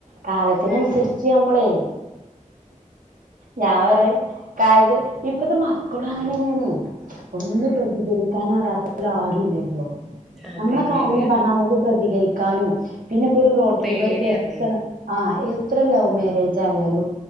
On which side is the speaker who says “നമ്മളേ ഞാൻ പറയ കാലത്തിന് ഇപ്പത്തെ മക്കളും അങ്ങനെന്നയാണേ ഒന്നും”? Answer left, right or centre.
Right